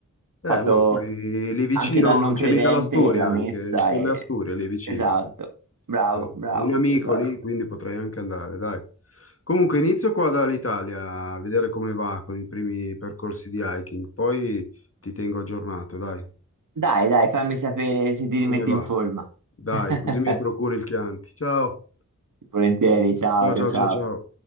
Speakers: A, on the right; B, on the left.
A: Fatto
B: Eh no, poi lì vicino
A: anche da non credente,
B: c'è mica l'Asturia
A: la
B: anche,
A: messa
B: ci
A: è...
B: sono le Asturie lì vicino.
A: Esatto,
B: sì.
A: bravo,
B: Ho
A: bravo,
B: un amico
A: esatto.
B: lì, quindi potrei anche andare, dai. Comunque inizio qua dall'Italia a vedere come va con i primi percorsi di hiking, poi ti tengo aggiornato, dai.
A: Dai, dai, fammi sapere se ti
B: Come
A: rimetti
B: va?
A: in forma.
B: Dai,
A: <laughs>
B: così mi procuri il Chianti. Ciao.
A: Volentieri, ciao,
B: Ciao,
A: ciao,
B: ciao,
A: ciao.
B: ciao, ciao.